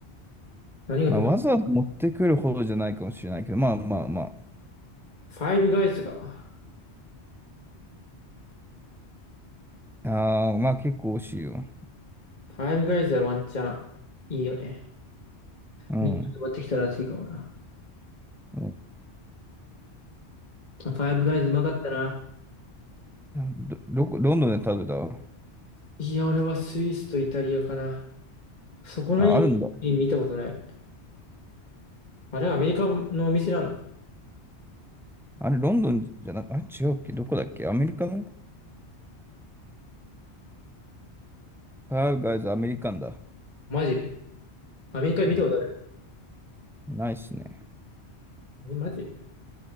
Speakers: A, on the left (about 40°); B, in the centre.
A: 何がと、
B: まあ、わざわざ持ってくるほどじゃないかもしれないけど、
A: フ
B: まあまあま
A: ァイブガイズか。
B: あ。ああ、まあ結構美味しいよ。
A: ファイブガイズはワンチャンいいよね。
B: うん。
A: 日本に持ってきたら熱いかもな。
B: うん
A: ファイブガイズうまかったな。
B: ど、どこ、ロンドンで食べた
A: いや、俺はスイスとイタリアかな。そこのいい国見たことない。
B: あ、あるんだ。
A: あれはアメリカのお店なの
B: あれ、ロンドンじゃなく、あれ、違うっけどこだっけアメリカの f i v ー g アメリカンだ。
A: マジアメリカで見たことある
B: うん。ないっすね。
A: え、マジ